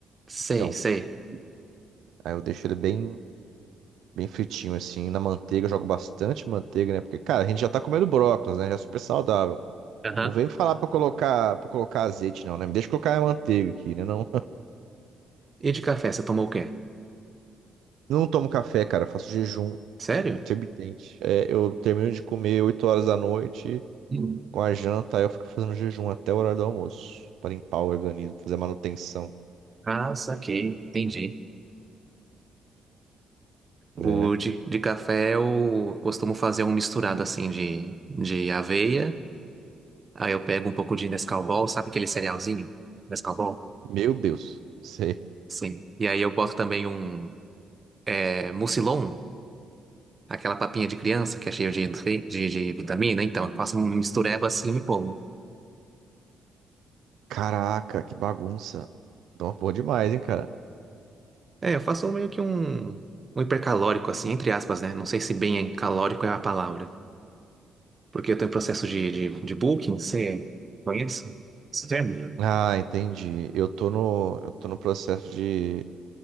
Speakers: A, on the right; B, on the right.
A: Sei,
B: Então,
A: sei.
B: aí eu deixo ele bem, bem fritinho, assim, na manteiga, eu jogo bastante manteiga, né? Porque, cara, a gente já tá comendo brócolis, né? Já é super saudável.
A: Aham.
B: Não vem me falar pra eu colocar, pra eu colocar azeite, não, né? Me deixa eu colocar a manteiga aqui, né? Não,
A: E de café, você tomou o quê?
B: <laughs> não tomo café, cara, eu faço jejum.
A: Sério?
B: Intermitente. É, eu termino de comer 8 horas da noite
A: Hum.
B: com a janta, aí eu fico fazendo jejum até o horário do almoço, para limpar o organismo, fazer manutenção.
A: Ah, saquei. Entendi. O
B: É.
A: de, de café eu costumo fazer um misturado assim de, de aveia. Aí eu pego um pouco de Nescau Ball, sabe aquele cerealzinho? Nescau Ball?
B: Meu Deus, sei.
A: Sim. E aí eu boto também um é, Mucilon, aquela papinha de criança que é cheia de, nutri- de, de vitamina. Então, eu faço um mistureba assim e pulo.
B: Caraca, que bagunça. Dá uma porra demais, hein, cara.
A: É, eu faço meio que um, um hipercalórico, assim, entre aspas, né? Não sei se bem é calórico é a palavra. Porque eu tenho processo de, de, de bulking, você conhece esse termo?
B: Ah, entendi. Eu tô no, eu tô no processo de,